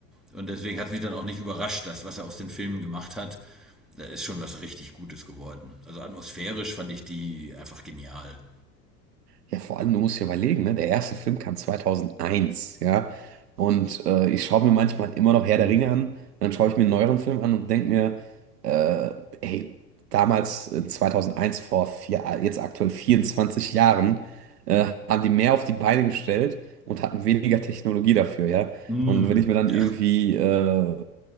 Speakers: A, in the centre; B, on the right (about 65°).
A: Und deswegen hat es mich dann auch nicht überrascht, dass was er aus den Filmen gemacht hat, da ist schon was richtig Gutes geworden. Also atmosphärisch fand ich die einfach genial.
B: Ja, vor allem, du musst dir überlegen, ne? Der erste Film kam 2001, ja. Und äh, ich schaue mir manchmal immer noch Herr
A: Mm.
B: der Ringe an, und dann schaue ich mir einen neueren Film an und denke mir, äh, hey, damals äh, 2001, vor vier, jetzt aktuell 24 Jahren, äh, haben die mehr auf die Beine gestellt und hatten weniger Technologie dafür, ja.
A: Mm.
B: Und wenn ich mir dann
A: Ja.
B: irgendwie, äh,